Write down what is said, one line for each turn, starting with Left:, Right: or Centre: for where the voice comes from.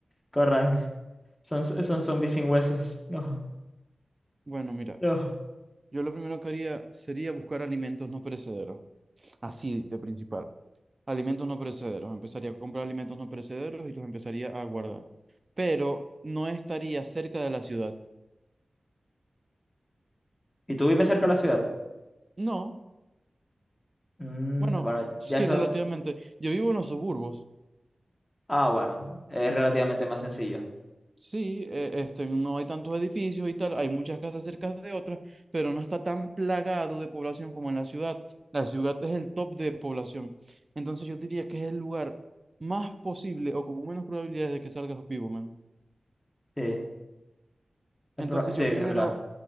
Left: Corran. Son, son zombies sin huesos. No,
Right: bueno, mira,
Left: no.
Right: yo lo primero que haría sería buscar alimentos no perecederos. Así de principal. Alimentos no perecederos. Empezaría a comprar alimentos no perecederos y los empezaría a guardar. Pero no estaría cerca de la ciudad.
Left: ¿Y tú vives cerca de la ciudad?
Right: No,
Left: Mm,
Right: bueno,
Left: bueno,
Right: sí,
Left: ya eso.
Right: relativamente. Yo vivo en los suburbos.
Left: Ah, bueno. Es relativamente más sencillo.
Right: Sí, eh, este, no hay tantos edificios y tal, hay muchas casas cerca de otras, pero no está tan plagado de población como en la ciudad. La ciudad es el top de población. Entonces yo diría que es el lugar más posible o con menos probabilidades de que salgas vivo, man.
Left: Sí. es
Right: Entonces
Left: pro- Sí,
Right: yo
Left: es
Right: primero,
Left: verdad.